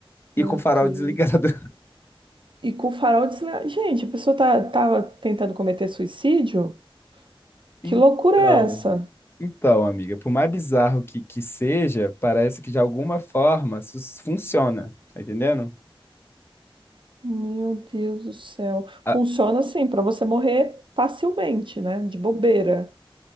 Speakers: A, on the right (about 60°); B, on the left (about 25°).
A: Meu
B: e com o farol
A: Deus.
B: desligado.
A: E com o farol desligado. Gente, a pessoa tá, tava tentando cometer suicídio?
B: <laughs>
A: Que loucura
B: Então,
A: é essa?
B: então, amiga, por mais bizarro que, que seja, parece que de alguma forma isso funciona, tá entendendo?
A: Meu Deus do céu.
B: Ah,
A: Funciona assim, para você morrer facilmente, né? De bobeira.